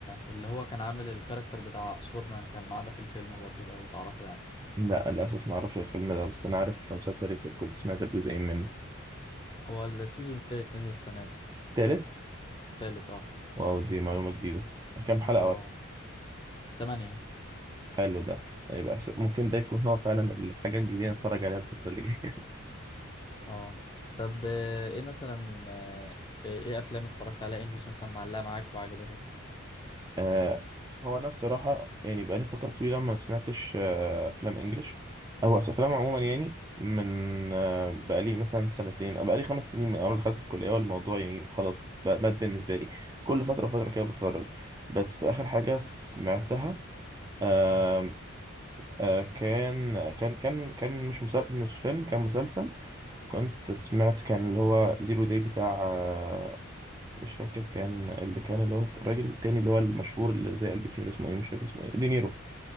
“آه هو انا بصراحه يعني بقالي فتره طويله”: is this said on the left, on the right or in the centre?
Right